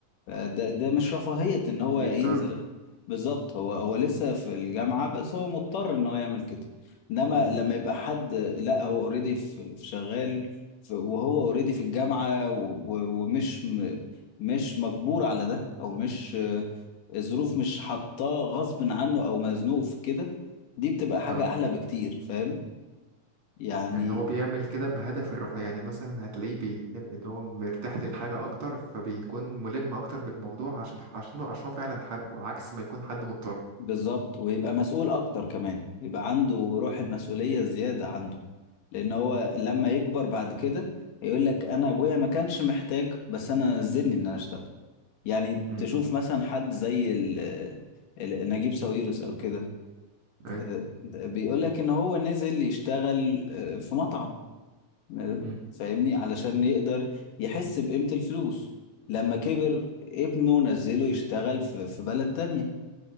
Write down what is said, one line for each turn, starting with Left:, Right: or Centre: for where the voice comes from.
Left: ده ده مش رفاهية ان هو
Right: بيضطر
Left: ينزل بالظبط هو هو لسه في الجامعة بس هو مضطر ان هو يعمل كده انما
Right: مم.
Left: لما يبقى حد لا هو اوريدي في في شغال في وهو اوريدي في الجامعة و- و- ومش م- مش مجبور على ده او مش آه، الظروف مش حاطاه غصب عنه او مزنوق في كده دي بتبقى حاجة
Right: اه
Left: احلى بكتير فاهم يعني
Right: ان هو بيعمل كده بهدف الرفاه يعني مثلا هتلاقيه بيحب اللي هو مرتاح للحاجة اكتر فبيكون ملم اكتر بالموضوع عشان عشان عشان هو فعلا حبه عكس ما يكون حد مضطر
Left: بالظبط ويبقى مسؤول اكتر كمان يبقى عنده روح المسؤولية زيادة عنده لان هو لما يكبر بعد كده هيقول لك انا ابويا ما كانش محتاج بس انا نزلني ان انا اشتغل يعني
Right: مم.
Left: تشوف مثلا حد زي ال ال- نجيب ساويرس او كده
Right: ايوه
Left: آه، بيقول لك ان هو نزل يشتغل آه، في مطعم آه،
Right: مم.
Left: فاهمني علشان يقدر يحس بقيمة الفلوس لما كبر ابنه نزله يشتغل في في بلد تانية